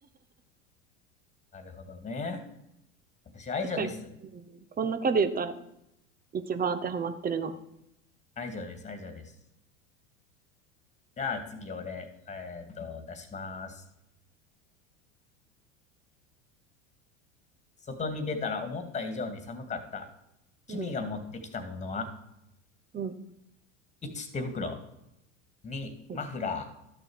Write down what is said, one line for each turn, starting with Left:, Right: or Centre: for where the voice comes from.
Left: なるほどね。私、愛情です。
Right: 確かに、うん、この中で言ったら一番当てはまってるの。
Left: 愛情です。愛情です。じゃあ、次、俺、えっと、出します。外に出たら思った以上に寒かった。君が持ってきたものは、
Right: うん、うん。
Left: 1、手袋。2、
Right: はい
Left: マフラ